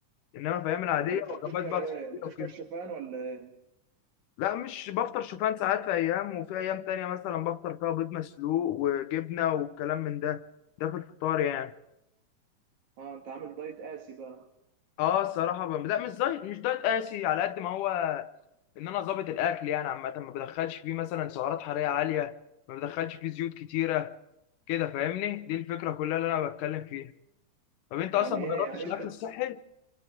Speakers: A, on the left; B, on the right.
A: انما في ايام العاديه
B: امال انت بتفطر
A: وجبات بقى
B: ايه
A: صحيه
B: بتفطر
A: وكده
B: شوفان ولا إيه؟
A: لا مش بفطر شوفان ساعات في ايام وفي ايام تانية مثلا بفطر فيها بيض مسلوق وجبنه والكلام من ده ده في الفطار يعني
B: اه انت عامل دايت قاسي بقى
A: اه الصراحه ب- لا مش دايت مش دايت قاسي على قد ما هو ان انا ظابط الاكل يعني عامه ما بدخلش فيه مثلا سعرات حراريه عاليه ما بدخلش فيه زيوت كتيره كده فاهمني دي الفكره كلها اللي انا بتكلم فيها طب انت
B: يعني
A: اصلا ما
B: ايه
A: جربتش
B: يعني انت
A: الاكل الصحي